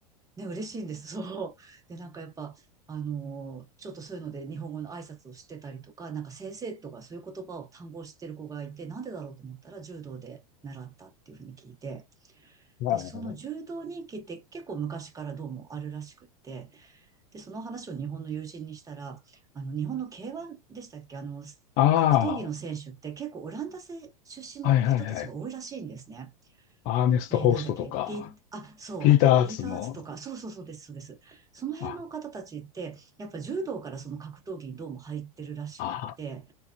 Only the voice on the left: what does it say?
はい。
ああ、
はいはいはい。アーネスト・
ホーストとか、
ピーター・
アーツも、
あ、
ああ、